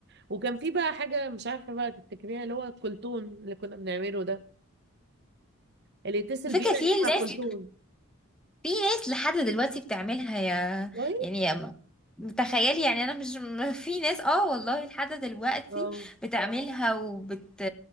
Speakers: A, on the right (about 50°); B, in the centre.
A: وكان في بقى حاجة مش عارفة بقى التكريه اللي هو كلتون اللي كنا بنعمله ده اللي يتسل
B: على
A: بينا
B: فكرة في
A: اللي مع
B: ناس
A: كلتون
B: في ناس لحد دلوقتي بتعملها يا
A: والله
B: يعني يا متخيل يعني انا مش م- <laughs> في ناس اه والله لحد دلوقتي
A: اه
B: بتعملها وبت